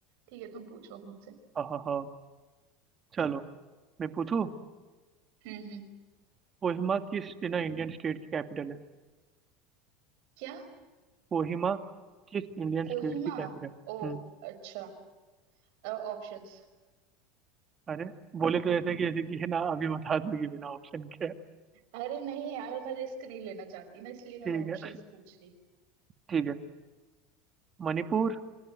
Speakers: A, on the right; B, on the right.
A: ठीक है तुम पूछो मुझसे
B: हाँ हाँ हाँ चलो मैं पूछूं
A: हम्म हम्म
B: कोहिमा किस ना इंडियन स्टेट की कैपिटल है
A: क्या
B: कोहिमा किस इंडियन
A: कोहिमा
B: स्टेट की कैपिटल
A: ओ
B: हम्म
A: अच्छा ऑप्शंस
B: अरे बोले तो ऐसे कि ऐसे कि है ना अभी बता दूंगी बिना ऑप्शन के
A: अरे नहीं यार मैं रिस्क नहीं लेना चाहती ना इसलिए मैं
B: ठीक
A: ऑप्शंस
B: है
A: पूछ रही
B: ठीक है मणिपुर